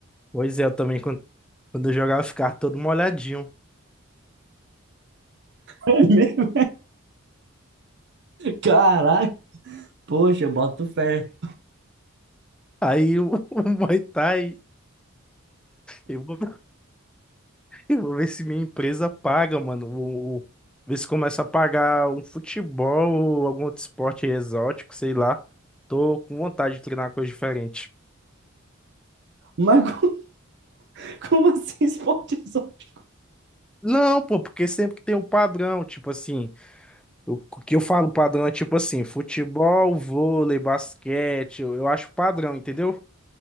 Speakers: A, in the centre; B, on the right.
A: Pois é, eu também, quando, quando eu jogava, eu ficava todo molhadinho.
B: É mesmo? Caraca! Poxa, eu boto fé.
A: Aí o, <laughs> o Muay Thai, eu vou, eu vou ver se minha empresa paga, mano. O, o- ver se começa a pagar um futebol ou algum outro esporte exótico, sei lá. Tô com vontade de treinar uma coisa diferente.
B: Mas co- <laughs> como assim esporte exótico?
A: Não, pô, porque sempre que tem o padrão, tipo assim, o o que eu falo padrão é tipo assim, futebol, vôlei, basquete, eu, eu acho padrão, entendeu?